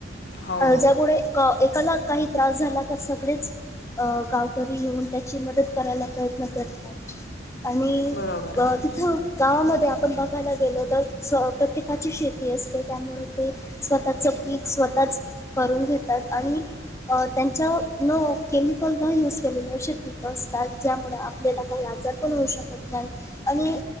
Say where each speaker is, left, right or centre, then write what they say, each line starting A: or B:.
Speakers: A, on the left; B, on the left.
A: हो
B: अ ज्यामुळे एक एकाला काही त्रास झाला तर सगळेच अ गावकरी येेऊन त्याची मदत करायला प्रयत्न करतात आणि
A: बरोबर आहे
B: ब तिथ गावामध्ये आपण बघायला गेलो तर, स प्रत्येकाची शेती असते त्यामुळे ते स्वतःच पीक, स्वतःच करून घेतात आणि अ त्यांच्या न केमिकल न युज केलेले शेती पीक असतात, ज्यामुळे आपल्याला काही आजार पण होऊ शकत नाही आणि